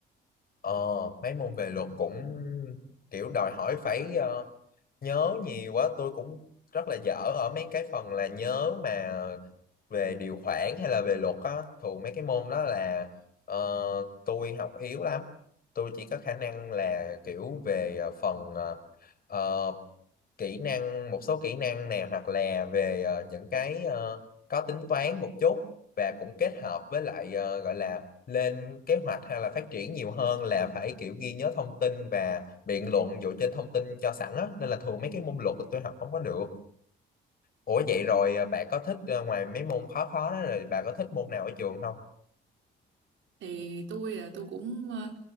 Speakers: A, on the left; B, on the right.
A: ờ, mấy môn về luật cũng kiểu đòi hỏi phải ờ, nhớ nhiều quá tôi cũng rất là dở ở mấy cái phần là nhớ mà về điều khoản hay là về luật á thường mấy cái môn đó là ờ, tôi học yếu lắm tôi chỉ có khả năng là kiểu về ờ, phần ờ, ờ, kỹ năng một số kỹ năng nào hoặc là về ờ, những cái ờ, có tính toán một chút và cũng kết hợp với lại ờ, gọi là lên kế hoạch hay là phát triển nhiều hơn là phải kiểu ghi nhớ thông tin và biện luận dựa trên thông tin cho sẵn á nên là thường mấy cái môn luật tôi học không có được Ủa vậy rồi à, bà có thích à, ngoài mấy môn khó khó đó rồi bạn có thích môn nào ở trường không?
B: thì tôi là tôi cũng ờ,